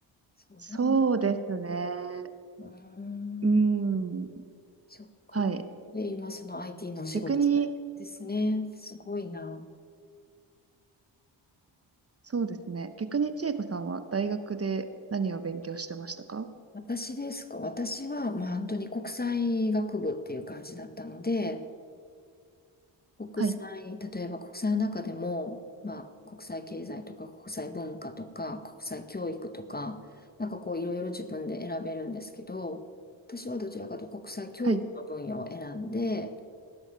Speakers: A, on the left (about 20°); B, on the right (about 30°).
A: そう。
B: そうですね。
A: うーん。
B: うーん。
A: そっか。
B: はい。
A: で、今その IT のお仕事されてるんですね。
B: 逆に、
A: すごいな。
B: そうですね。逆に千恵子さんは大学で何を勉強してましたか
A: 私ですか。私は、まあ本当に国際学部っていう感じだったので、国際、
B: はい、
A: 例えば国際の中でも、まあ国際経済とか国際文化とか国際教育とか、なんかこういろいろ自分で選べるんですけど、私はどちらかというと国際教育の分野を選んで、
B: はい。